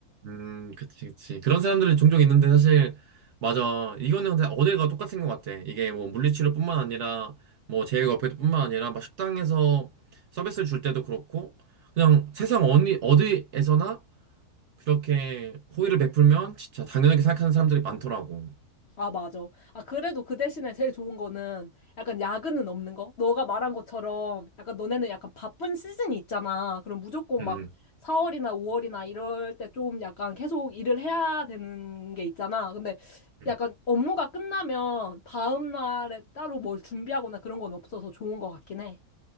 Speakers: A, on the right; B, on the left.
A: 음, 그치, 그치. 그런 사람들은 종종 있는데 사실, 맞아. 이거는 근데 어딜 가도 똑같은 것 같아. 이게 뭐 물리치료뿐만 아니라, 뭐 제일과페뿐만 아니라, 막 식당에서 서비스를 줄 때도 그렇고, 그냥 세상 어디, 어디에서나 그렇게 호의를 베풀면 진짜 당연하게 생각하는 사람들이 많더라고.
B: 아, 맞아. 아, 그래도 그 대신에 제일 좋은 거는 약간 야근은 없는 거? 너가 말한 것처럼 약간 너네는 약간 바쁜 시즌이 있잖아. 그럼 무조건
A: 음,
B: 막 4월이나 5월이나 이럴 때 좀 약간 계속 일을 해야 되는 게 있잖아. 근데
A: 음,
B: 약간 업무가 끝나면 다음 날에 따로 뭘 준비하거나 그런 건 없어서 좋은 것 같긴 해.